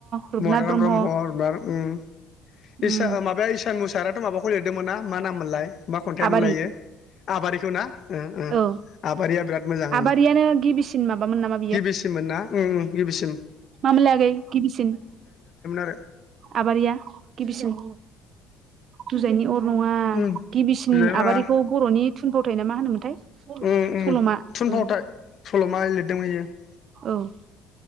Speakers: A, on the right; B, on the left.
A: रुपनाथ
B: मदाराम ब्रह्म
A: औ
B: बार उम
A: उम
B: इसा माबाया इसान मुसाहारियाथ' माबाखौ लेरदोंमोन ना मा नाम मोनलाय मा खन्थाइ
A: आबारि
B: मोनलायो आबारिखौ ना? ओ ओ
A: औ
B: आबारिया बिराद मोजां
A: आबारियानो
B: ओ ‌
A: गिबिसिन माबामोन नामा
B: गिबिसिनमोनना उम उम गिबिसिम ।
A: मा मोनलाय आगै गिबिसिन
B: आरो
A: आबारिया गिसिन जुजायनि अ नङा
B: ओम
A: गिबिसिन
B: बिनानावा
A: आबारिखौ बर'नि थुनफावथाय ना मा होनोमोनथाय!
B: उम उम
A: सल'मा
B: थुनफावथाय
A: ओ
B: सल'मा लिरदों इयो ।
A: औ ।